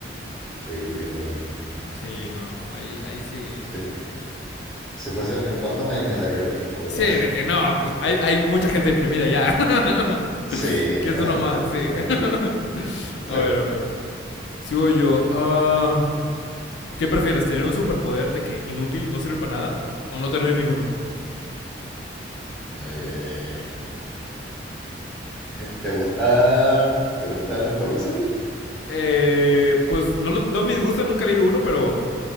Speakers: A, in the centre; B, on the left.
A: Sí, yo opino lo mismo.
B: Sí, no, ahí, ahí sí.
A: Sí, Si fuese alguien random ahí me daría lo mismo, pero
B: Sí,
A: <laughs>
B: de que no, pues hay, hay mucha gente deprimida ya. <laughs>
A: sí,
B: que
A: ¿no?
B: es uno
A: <laughs>
B: más, sí.
A: De todas
B: <laughs>
A: maneras, claro.
B: a ver, a ver. Sigo yo. ah... ¿Qué prefieres? ¿Tener un superpoder de que inútil, no sirve para nada? ¿O no tener ninguno?
A: Eh, ¿te gusta, te gustan los cómics a ti?
B: Eh, pues no, no me disgusta, nunca he leído uno, pero.